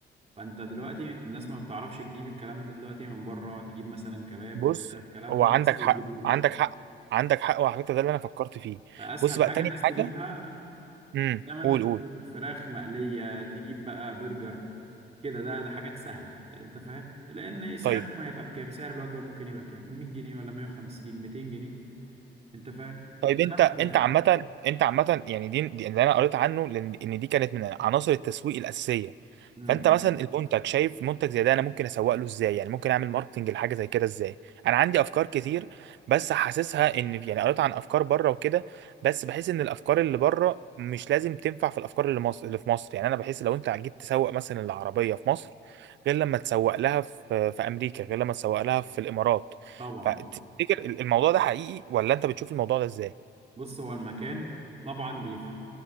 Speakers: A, on the right; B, on the right.
A: فانت دلوقتي الناس ما بتعرفش تجيب الكلام ده دلوقتي من بره تجيب مثلا كباب
B: بص
A: كفته الكلام
B: هو
A: ده
B: عندك
A: الناس ما
B: حق
A: بتجيبوش
B: عندك حق عندك حق وعلى فكره ده اللي انا فكرت فيه
A: فاسهل
B: بص بقى
A: حاجه
B: تاني
A: الناس تجيبها
B: حاجه امم
A: زي ما انت
B: قول
A: بتقول
B: قول
A: فراخ مقليه تجيب بقى برجر كده ده ده حاجات سهله انت فاهم لان سعرهم
B: طيب
A: هيبقى بكام سعر الوجبه ممكن يبقى كام 100 جنيه ولا 150 200 جنيه انت فاهم
B: طيب
A: كلام
B: انت
A: فارغ
B: انت عامة انت عامة يعني دي, دي اللي انا قريت عنه لان ان دي كانت من عناصر التسويق الاساسية
A: امم
B: فانت مثلا المنتج شايف منتج زي ده انا ممكن اسوق له ازاي يعني ممكن اعمل ماركتنج لحاجة زي كده ازاي انا عندي افكار كتير بس حاسسها ان يعني قريت عن افكار بره وكده بس بحس ان الافكار اللي بره مش لازم تنفع في الافكار اللي مصر اللي في مصر يعني انا بحس لو انت جيت تسوق مثلا العربية في مصر غير لما تسوق لها في في امريكا غير لما تسوق لها في الامارات
A: طبعا
B: فتفتكر الموضوع ده حقيقي ولا انت بتشوف الموضوع ده ازاي
A: بص هو المكان طبعا بيفرق